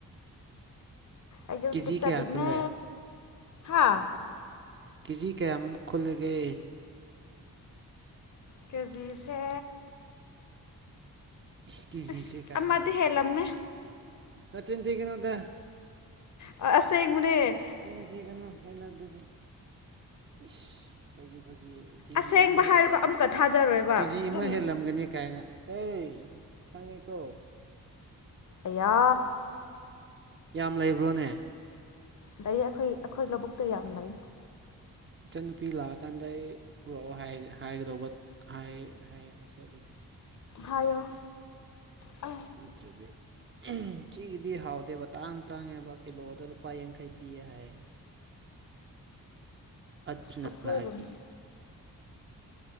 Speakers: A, on the left; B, on the right.
A: ꯑꯀꯤꯞ
B: ꯀꯦꯖꯤ
A: ꯆꯠꯂꯤꯅꯦ
B: ꯀꯌꯥ ꯈꯨꯜꯂꯦ
A: ꯍꯥ
B: ꯀꯦꯖꯤ ꯀꯌꯥꯝꯃꯨꯛ ꯈꯨꯜꯂꯒꯦ
A: ꯀꯦꯖꯤꯁ
B: ꯏꯁ ꯀꯦꯖꯤꯁꯦ
A: ꯑꯁ
B: ꯀꯥ
A: ꯑꯃꯗꯤ
B: ꯍꯥꯏ
A: ꯍꯦꯜꯂꯝꯃꯦ
B: ꯅꯆꯤꯟ ꯊꯤꯒꯅꯨꯗ
A: ꯑꯁꯦꯡ ꯕꯅꯦ
B: ꯆꯤꯟ ꯊꯤꯒꯅꯨ ꯍꯩꯅꯗꯦꯗ ꯏꯁ ꯈꫭꯏꯒꯤ ꯈꫭꯏ ꯉꯤ ꯀꯦꯖꯤ
A: ꯑꯁꯦꯡꯕ
B: ꯑꯃ ꯍꯦꯜꯂꯝꯒꯅꯤ
A: ꯍꯥꯏꯔꯒ ꯑꯃꯨꯛꯀ
B: ꯀꯥ
A: ꯊꯥꯖꯔꯣꯏꯕ
B: ꯀꯦꯖꯤ
A: ꯑꯗꯨꯝ
B: ꯑꯃ ꯍꯦꯜꯂꯝꯒꯅꯤ ꯀꯥꯏꯅ ꯑꯩ ꯈꯪꯉꯤꯀꯣ
A: ꯑꯌꯥ
B: ꯌꯥꯝ ꯂꯩꯕ꯭ꯔꯣꯅꯦ
A: ꯂꯩ ꯑꯩꯈꯣꯏ ꯑꯩꯈꯣꯏ ꯂꯧꯕꯨꯛꯇ ꯌꯥꯝ ꯂꯩ
B: ꯏꯆꯟ ꯅꯨꯄꯤ ꯂꯥꯛꯑꯀꯥꯟꯗ ꯑꯩ ꯄꯨꯔꯛꯑꯣ ꯍꯥꯏꯒꯉꯦ ꯍꯥꯏꯒꯗꯧꯕ ꯍꯥꯏ ꯍꯥꯏꯔꯁꯦ ꯑꯗꯨꯗꯤ
A: ꯍꯥꯏꯌꯣ ꯑ
B: ꯅꯠꯇ꯭ꯔꯗꯤ ꯎꯝ ꯁꯤꯒꯤꯗꯤ ꯍꯥꯎꯇꯦꯕ ꯇꯥꯡꯁꯨ ꯇꯥꯡꯉꯦꯕ ꯀꯤꯂꯣꯗ ꯂꯨꯄꯥ ꯌꯥꯡꯈꯩ ꯄꯤꯌꯦ ꯍꯥꯏꯌꯦ <unintelligible> <inaudible> ꯑꯥꯠ ꯇꯨꯟꯅ
A: ꯑꯩꯈꯣꯏꯔꯣꯝ
B: ꯂꯥꯏꯀꯤ